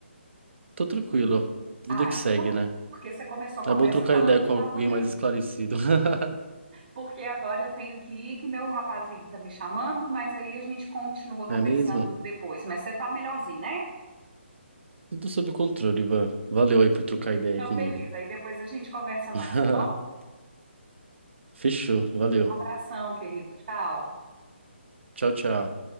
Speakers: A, on the right (about 65°); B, on the right (about 50°).
A: tô tranquilo, vida
B: Ah,
A: que
B: então
A: segue,
B: tá bom.
A: né?
B: Porque você começou a conversa
A: É bom trocar
B: falando
A: ideia
B: que
A: com
B: tava
A: alguém
B: meio.
A: mais esclarecido. <laughs>
B: Porque agora eu tenho que ir, que meu rapazinho tá me chamando, mas aí a gente continua conversando
A: É mesmo?
B: depois. Mas você tá melhorzinho, né?
A: Tudo sob controle, Ivan. Valeu aí por trocar ideia
B: Então,
A: aí comigo.
B: beleza. Aí depois a gente conversa mais,
A: <laughs>
B: tá bom?
A: Fechou, valeu.
B: Um abração, querido. Tchau.
A: Tchau, tchau.